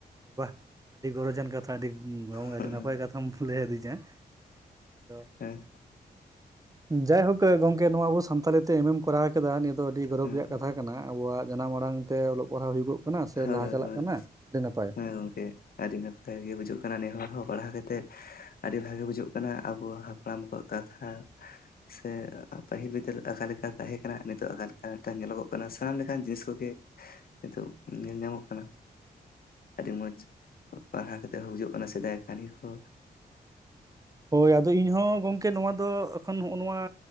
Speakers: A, on the right; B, on the left.
A: ᱵᱟ ᱟᱹᱰᱤ ᱜᱚᱨᱚᱚᱡᱟᱱ ᱠᱟ -ᱛᱷᱟ ᱟᱹᱰᱤ ᱜᱟᱱᱚᱝ
B: ᱦᱮᱸ
A: ᱟᱹᱰᱤ ᱱᱟᱯᱟᱭ ᱠᱟᱛᱷᱟᱢ ᱞᱟᱹᱭ ᱟᱹᱫᱤᱧᱟ ᱟᱫᱚ,
B: ᱦᱮᱸ
A: ᱡᱟᱭᱦᱳᱠ ᱜᱚᱝᱠᱮ ᱱᱚᱣᱟ ᱟᱵᱚ ᱥᱟᱱᱛᱦᱟᱞᱤ ᱛᱮ ᱮᱢᱮᱢ ᱠᱚᱨᱟᱣ ᱠᱮᱫᱟ ᱱᱤᱭᱟᱹ ᱫᱚ ᱟᱹᱰᱤ ᱜᱚᱨᱚᱵᱽ
B: ᱦᱮᱸ
A: ᱨᱮᱭᱟᱜ ᱠᱟᱛᱷᱟ ᱠᱟᱱᱟ᱾ ᱠᱟᱱᱟ ᱟᱵᱚᱣᱟᱜ ᱡᱟᱱᱟᱢ ᱟᱲᱟᱝ ᱛᱮ ᱚᱞᱚᱜ ᱯᱟᱲᱦᱟᱣ ᱦᱩᱭᱩᱜᱚᱜ ᱠᱟᱱᱟ ᱥᱮ
B: ᱦᱳᱭ
A: ᱞᱟᱦᱟ ᱪᱟᱞᱟᱜ
B: ᱦᱳᱭ
A: ᱠᱟᱱᱟ ᱟᱹᱰᱤ ᱱᱟᱯᱟᱭ᱾
B: ᱦᱮᱸ ᱜᱚᱝᱠᱮ ᱟᱹᱰᱤ ᱱᱟᱯᱟᱭ ᱜᱮ ᱵᱩᱡᱩᱜ ᱠᱟᱱᱟ ᱱᱮᱦᱚᱨ ᱦᱚᱸ ᱯᱟᱲᱦᱟᱣ ᱠᱟᱛᱮᱫ ᱟᱹᱰᱤ ᱵᱷᱟᱜᱤ ᱵᱩᱡᱩᱜ ᱠᱟᱱᱟ ᱟᱵᱚ ᱦᱟᱯᱲᱟᱢ ᱠᱚᱣᱟᱜ, ᱠᱟᱛᱷᱟ ᱥᱮ ᱯᱟᱹᱦᱤᱞ ᱵᱤᱫᱟᱹᱞ ᱚᱠᱟᱞ ᱞᱮᱠᱟ ᱛᱟᱦᱮᱸ ᱠᱟᱱᱟ ᱱᱤᱛᱚᱜ ᱚᱠᱟ ᱞᱮᱠᱟ ᱢᱤᱫᱴᱟᱹᱜ ᱧᱮᱞᱚᱜᱚᱜ ᱠᱟᱱᱟ ᱥᱟᱱᱟᱢ ᱞᱮᱠᱟᱱ ᱡᱤᱱᱤᱥ ᱠᱚᱜᱮ
A: <inaudible>
B: ᱱᱤᱛᱚᱜ ᱧᱮᱞ ᱧᱟᱢᱚᱜ ᱠᱟᱱᱟ, ᱟᱹᱰᱤ ᱢᱚᱸᱡᱽ ᱯᱟᱲᱦᱟᱣ ᱠᱟᱛᱮᱫ ᱦᱚᱸ ᱵᱩᱡᱷᱟᱹᱜ ᱠᱟᱱᱟ ᱥᱮᱫᱟᱭ ᱠᱟᱹᱦᱱᱤ ᱠᱚ,
A: ᱦᱳᱭ ᱟᱫᱚ ᱤᱧ ᱦᱚᱸ ᱜᱚᱝᱠᱮ ᱱᱚᱣᱟ ᱫᱚ ᱮᱠᱷᱚᱱ ᱱᱚᱜᱼ ᱱᱚᱣᱟ